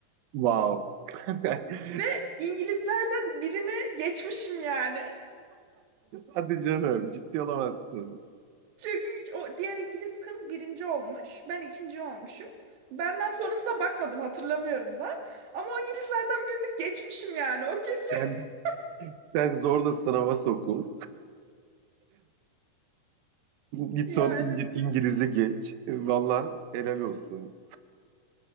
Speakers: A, on the right; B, on the right.
A: Wow. <laughs>
B: Ve İngilizlerden birine geçmişim yani. <laughs>
A: Hadi canım ciddi olamazsın.
B: Çok ilginç. O diğer İngiliz kız birinci olmuş. Ben ikinci olmuşum. Benden sonrasına bakmadım hatırlamıyorum da. Ama o İngilizlerden birini geçmişim yani o kesin.
A: Sen,
B: <laughs>
A: sen zorla sınava sokul. Git
B: Ya
A: sonra İngi-
B: evet çok
A: İngilizce geç. Valla helal olsun.